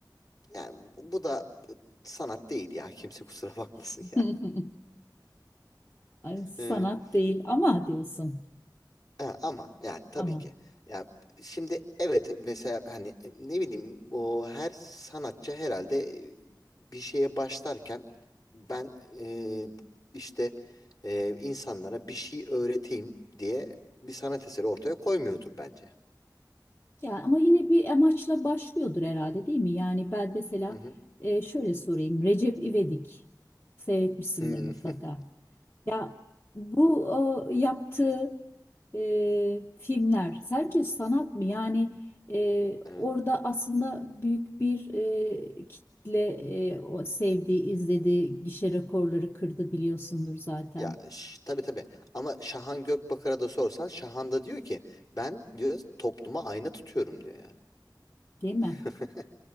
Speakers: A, on the left; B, on the left.
A: yani bu da sanat değil ya. Kimse kusura bakmasın
B: <laughs> Ay, sanat
A: yani. <laughs>
B: değil ama diyorsun.
A: Ha, ama yani tabii
B: Ama.
A: ki. Ya şimdi evet mesela hani e, ne bileyim o her sanatçı herhalde e, bir şeye başlarken ben e, işte e, insanlara bir şey öğreteyim diye bir sanat eseri ortaya koymuyordur bence.
B: Ya ama yine bir amaçla başlıyordur herhalde değil mi? Yani ben mesela
A: Hı hı.
B: e, şöyle sorayım. Recep İvedik seyretmişsindir
A: Hmm.
B: mutlaka.
A: <laughs>
B: Ya bu o, yaptığı e, filmler sence sanat mı? Yani e,
A: Evet.
B: orada aslında büyük bir e, kitle e, o sevdiği, izlediği gişe rekorları kırdı biliyorsundur zaten,
A: Ya ş- tabii tabii ama Şahan Gökbakar'a da sorsan Şahan da diyor ki ben diyor topluma ayna tutuyorum diyor yani.
B: değil mi?
A: <laughs>